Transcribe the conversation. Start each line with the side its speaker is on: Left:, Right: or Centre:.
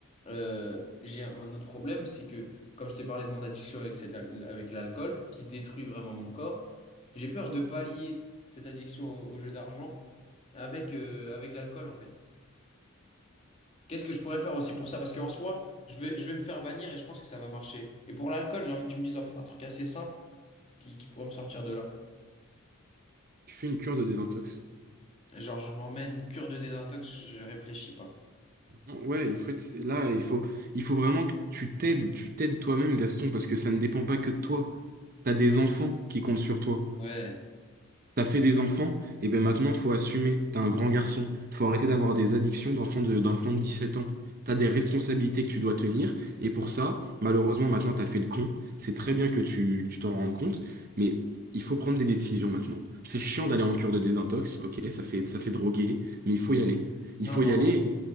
Left: euh, j'ai un autre problème, c'est que comme je t'ai parlé de mon addiction avec, cette al- avec l'alcool, qui détruit vraiment mon corps, j'ai peur de pallier cette addiction au, au jeu d'argent avec, euh, avec l'alcool, en fait. Qu'est-ce que je pourrais faire aussi pour ça? Parce qu'en soi, je vais, je vais me faire bannir et je pense que ça va marcher. Et pour l'alcool, j'ai envie que tu me dises en fait un truc assez simple qui, qui pourrait me sortir de là.
Right: tu fais une cure de désintox.
Left: Genre, je m'emmène cure de désintox, je réfléchis pas.
Right: Ouais, il faut être- là, il faut, il faut vraiment que tu t'aides, tu t'aides toi-même, Gaston, parce que ça ne dépend pas que de toi. T'as des enfants qui comptent sur toi.
Left: Ouais.
Right: T'as fait des enfants, et ben maintenant faut assumer, t'es un grand garçon, faut arrêter d'avoir des addictions d'enfant de, d'enfant de 17 ans. T'as des responsabilités que tu dois tenir, et pour ça, malheureusement maintenant t'as fait le con, c'est très bien que tu, que tu t'en rendes compte, mais il faut prendre des décisions maintenant. C'est chiant d'aller en cure de désintox, ok, ça fait, ça fait droguer, mais il faut y aller.
Left: Non,
Right: Il faut
Left: mais
Right: y
Left: en,
Right: aller,